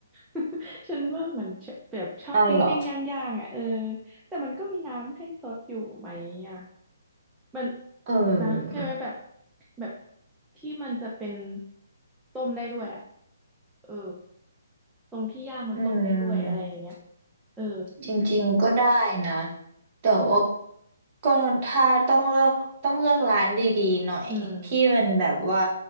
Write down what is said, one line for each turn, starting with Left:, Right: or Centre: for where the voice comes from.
Centre: <laughs> ฉันว่ามันแบบชอบปิ้งปิ้งย่างย่างๆอ่ะเออ
Right: นั่นเหรอ
Centre: แต่มันก็มีน้ำให้ซดอยู่ไหมอ่ะมัน
Right: เออ
Centre: นะใช่ไหมแบบแบบที่มันจะเป็นต้มได้ด้วยอ่ะเออตรงที่ย่างมันต้มได้ด้วยอะไรอย่างเงี้ย
Right: อืม
Centre: เออ
Right: จริงๆก็ได้นะ
Centre: อืม
Right: แต่ว่าก็ถ้าต้องเลือกต้องเลือกร้านดีๆหน่อยที่มันแบบว่า
Centre: อ